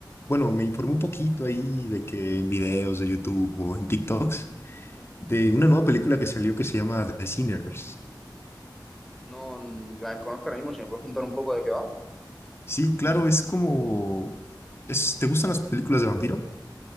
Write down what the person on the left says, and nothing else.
bueno, me informé un poquito ahí de que en videos de YouTube o en TikToks
de una nueva película que salió que se llama The Sinners.
Sí, claro, es como... es- ¿te gustan las películas de vampiro?